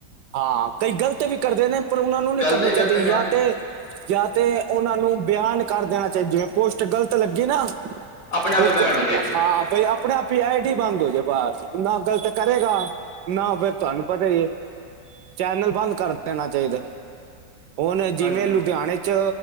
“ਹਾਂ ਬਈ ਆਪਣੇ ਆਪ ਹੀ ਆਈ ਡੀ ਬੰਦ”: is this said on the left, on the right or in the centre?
Right